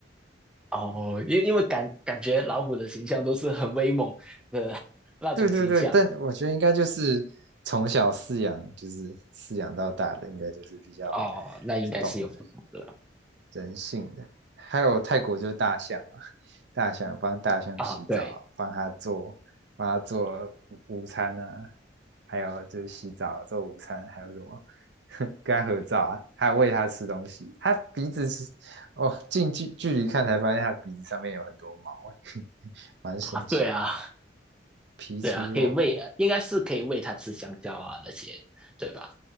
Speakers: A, in the centre; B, on the right.
A: <laughs> 哦，因因为感感觉老虎的形象都是很威猛的那种形象
B: 对对对，但我觉得应该就是从小饲养，就是饲养到大的，应该就是比较
A: 哦，那应该是有不同的
B: 懂人。人性的。还有泰国就是大象啊，大象帮大象洗澡，
A: 啊。对
B: 帮它做帮它做午午餐啊，还有就是洗澡做午餐，还有什么跟它合照啊，还有喂它吃东西。它鼻子是哦，近距距离看才发现它鼻子上面有很多毛欸，<laughs> 蛮神奇，
A: 啊，对啊。
B: 皮粗肉厚。
A: 对啊，可以喂，应该是可以喂它吃香蕉啊那些，对吧？